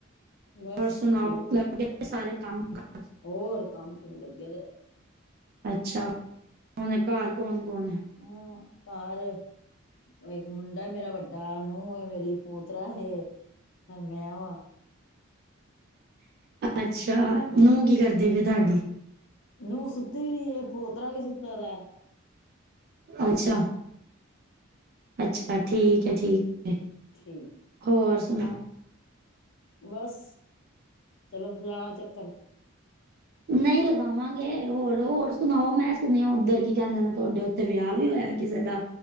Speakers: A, on the left (about 65°); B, on the right (about 50°).
A: ਬਸ
B: ਹੋਰ ਸੁਣਾਓ
A: ਠੀਕ
B: ਲੱ ਸਾਰੇ ਕੰਮ ਕਾਜ।
A: ਹੋਰ ਕੰਮ ਕੁਮ ਲੱਗੇ ਦੇ ਆ
B: ਅੱਛਾ ਹੁਣ ਘਰ ਕੌਣ ਕੌਣ ਹੈ
A: ਹਮ ਘਰ ਉਹ ਇੱਕ ਮੁੰਡਾ ਮੇਰਾ ਵੱਡਾ ਨੂੰਹ ਮੇਰੀ ਪੋਤਰਾ ਹੈ। ਹ ਮੈਂ ਵਾਂ
B: ਅੱਛਾ
A: ਹਾਂ
B: ਨੂੰਹ ਕੀ ਕਰਦੀ ਪਇ ਤੁਹਾਡੀ
A: ਨੂੰਹ ਸੁੱਤੀ ਵੀਈ ਏ ਪੋਤਰਾ ਵੀ ਸੁੱਤਾ ਦਾ।
B: ਅੱਛਾ ਅੱਛਾ ਠੀਕ ਹੈ ਠੀਕ।
A: ਠੀਕ
B: ਹੋਰ ਸੁਣਾਓ?
A: ਬਸ ਚਲੋ ਲਾਣਾ ਚੱਕਰ।
B: ਨਹੀ ਲਗਾ ਆਵਾਂਗੇ ਹੋਰ, ਹੋਰ ਸੁਣਾਓ ਮੈਂ ਸੁਣਿਆ ਉੱਧਰ ਕੀ ਕਹਿੰਦੇ ਨੇ ਤੁਹਾਡੇ ਉੱਥੇ ਵਿਆਹ ਵੀ ਹੋਇਆ ਕਿਸੇ ਦਾ।